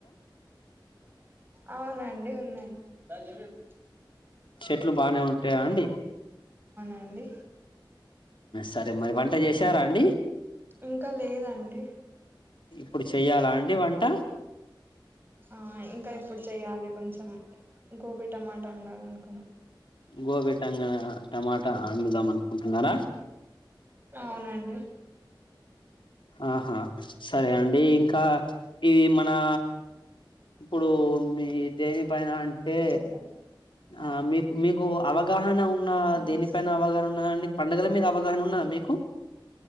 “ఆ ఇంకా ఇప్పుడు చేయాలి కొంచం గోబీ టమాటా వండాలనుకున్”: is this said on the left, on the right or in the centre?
Right